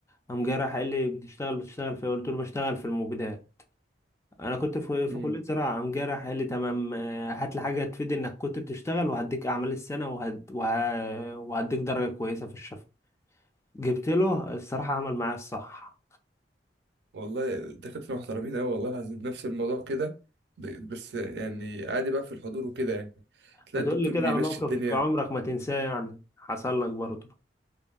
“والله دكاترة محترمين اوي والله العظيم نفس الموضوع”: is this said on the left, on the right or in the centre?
Right